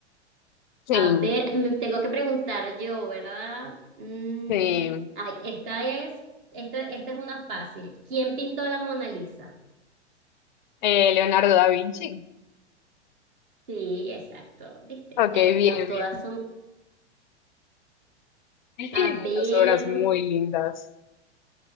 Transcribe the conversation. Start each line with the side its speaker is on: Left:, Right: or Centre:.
Left: Sí,
Right: A ver, me tengo que preguntar yo, ¿verdad? Mm,
Left: sí.
Right: ay, esta es, esta, esta es una fácil. ¿Quién pintó la Mona Lisa?
Left: Eh, Leonardo da Vinci.
Right: Sí, exacto, ¿viste?
Left: Ok,
Right: Te-
Left: bien,
Right: no todas
Left: bien.
Right: son.
Left: Él tiene
Right: A
Left: muchas
Right: ver.
Left: obras muy lindas.